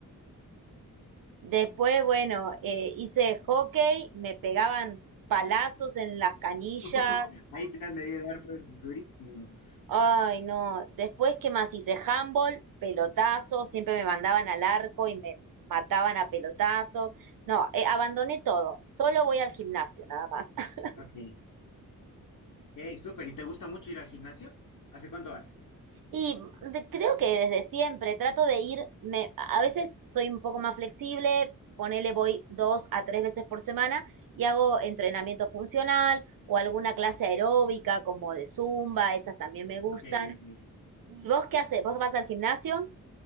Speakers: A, on the right; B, on the left.
A: Después, bueno, eh, hice hockey, me pegaban palazos en las canillas.
B: <laughs> Ahí te han de dar pues durísimo.
A: Ay, no. Después, ¿qué más hice? Handball, pelotazos, siempre me mandaban al arco y me mataban a pelotazos. No, eh, abandoné todo. Solo voy al gimnasio, nada más. <laughs>
B: Ok, hey, súper. ¿Y te gusta mucho ir al gimnasio? ¿Hace cuánto vas?
A: Y de- creo que desde siempre trato de ir, me, a veces soy un poco más flexible, ponele voy dos a tres veces por semana y hago entrenamiento funcional o alguna clase aeróbica como de zumba, esas también me gustan.
B: Ok, ok.
A: ¿Y vos qué haces? ¿Vos vas al gimnasio?